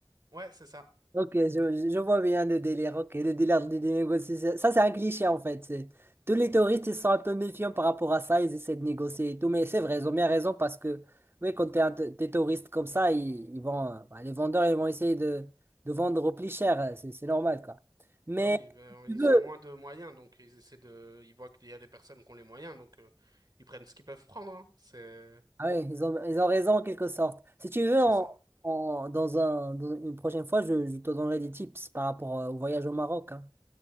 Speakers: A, on the right; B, on the right.
A: Ouais, c'est ça.
B: Ok, je, je vois bien le délire. Ok, le délire des des négociations. Ça, c'est un cliché en fait. c'est- Tous les touristes, ils sont un peu méfiants par rapport à ça. Ils essaient de négocier et tout. Mais c'est vrai, ils ont bien raison parce que, oui, quand t'es un t- des touristes comme ça, ils, ils vont, euh, bah, les vendeurs, ils vont essayer de, de vendre au plus cher. euh, C'est c'est normal, quoi. Mais
A: Bah oui, ben,
B: si tu
A: ils
B: veux,
A: ont moins de moyens, donc ils essaient de, ils voient qu'il y a des personnes qui ont les moyens, donc euh, ils prennent ce qu'ils peuvent prendre, hein. C'est,
B: ah ouais, ils ont, ils ont raison en quelque sorte. Si tu veux,
A: c'est
B: on-
A: ça.
B: on- dans un, dans une prochaine fois, je, je te donnerai des tips par rapport euh, au voyage au Maroc. hein.